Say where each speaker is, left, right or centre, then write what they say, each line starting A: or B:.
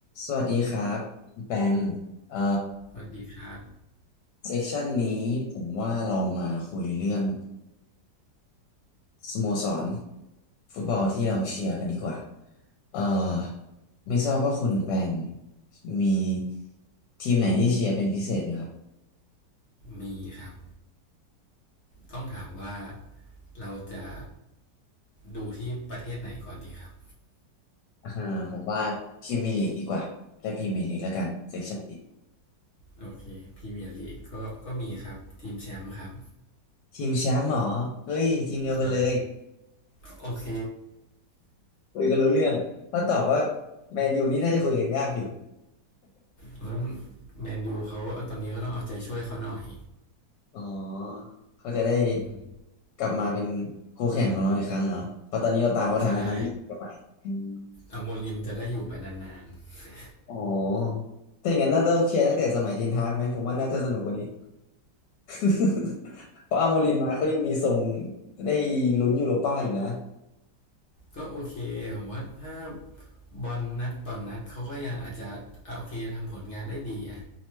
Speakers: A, on the left; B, on the left.
A: สวัสดีครับคุณแปงเอ่อ
B: สวัสดีครับ
A: เซสชันนี้ผมว่าเรามาคุยเรื่องสโมสรฟุตบอลที่เราเชียร์กันดีกว่าเอ่อไม่ทราบว่าคุณแปงมีทีมไหนที่เชียร์เป็นพิเศษไหมครับ
B: มีครับต้องถามว่าเราจะดูที่ประเทศไหนก่อนดีครับ
A: อ่าผมว่าทีมมีลีกดีกว่าและพรีเมียร์ลีกแล้วกันเซสชันนี้
B: โอเคพรีเมียร์ลีกก็ก็มีครับทีมแชมป์ครับ
A: ทีมแชมป์เหรอเฮ้ยทีมเดียวกันเลย
B: ใช่โอเค
A: คุยกันรู้เรื่องถ้าตอบว่าแมนยูนี่น่าจะคุยกันยากอยู่
B: เพราะแมนยูเขาตอนนี้ก็ต้องเอาใจช่วยเขาหน่อย
A: อ๋อเขาจะได้
B: อืม
A: กลับมาเป็นคู่แข่งของเราอีกครั้งเหรอเพราะตอนนี้เราตามเขาทันแล้วนะยี่สิบกว่าไปม
B: ใช่อโมลิมจะได้อยู่ไปนานๆ <laughs> <coughs>
A: อ๋อถ้าอย่างนั้นน่าต้องเชียร์ตั้งแต่สมัยเทนฮากไหมผมว่าน่าจะสนุกกว่านี้ <laughs> เพราะอาโมรินมาเขายังมีทรงได้ลุ้นยูโรป้าอยู่นะ
B: ก็โอเคผมว่าถ้าบอลนัดต่อนนัดเขาก็ยังอาจจะอโอเคทำผลงานได้ดีอะ